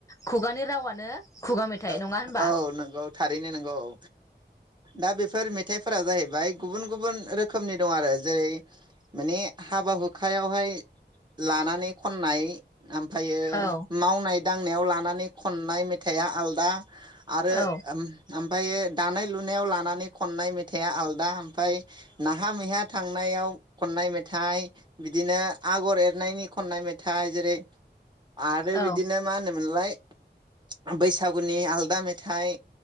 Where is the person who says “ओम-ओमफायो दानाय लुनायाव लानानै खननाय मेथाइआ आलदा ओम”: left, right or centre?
Right